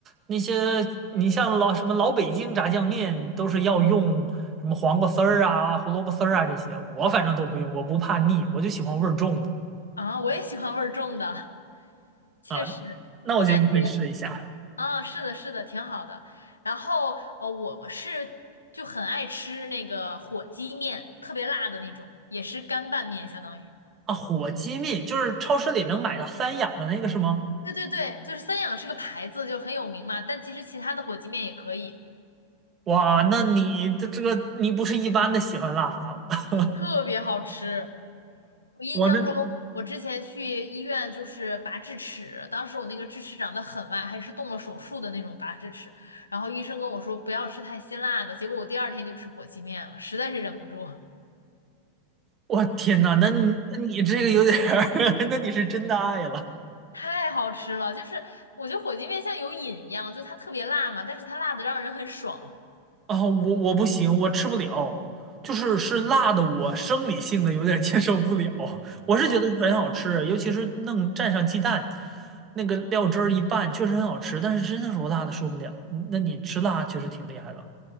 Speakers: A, on the right; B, on the left.
A: 那些你像老什么老北京炸酱面都是要用什么黄瓜丝儿啊、胡萝卜丝儿啊这些，我反正都不用，我不怕腻，我就喜欢味儿重的
B: 啊，我也喜欢味儿重的，确实，
A: 啊。那我觉得你可以试一下。
B: 我感觉啊，是的，是的，挺好的。然后呃，我是就很爱吃那个火鸡面，特别辣的那种，也是干拌面，相当于。
A: 啊，火鸡面就是超市里能买到三养的那个是吗？
B: 对对对，就是三养是个牌子，就很有名嘛，但其实其他的火鸡面也可以，
A: 哇，那你的这个你不是一般的喜欢辣啊！<laughs>
B: 特别好吃。我印象中，
A: 我那
B: 我之前去医院就是拔智齿，当时我那个智齿长得很歪，还是动了手术的那种拔智齿。然后医生跟我说不要吃太辛辣的，结果我第二天就吃火鸡面了，实在是忍不住，
A: 我天呐，那你那你这个有点儿，<laughs> 那你是真的爱了
B: 太好吃了。就是我觉得火鸡面像有瘾一样，就它特别辣嘛，但是它辣的让人很爽。
A: 啊！我我不行，我吃不了，就是是辣的，我生理性的有点接受不了。我是觉得很好吃，
B: 哦，天呐，
A: 尤其是弄蘸上鸡蛋，那个料汁儿一拌，确实很好吃。但是真的是我辣的受不了。嗯那你吃辣确实挺厉害的，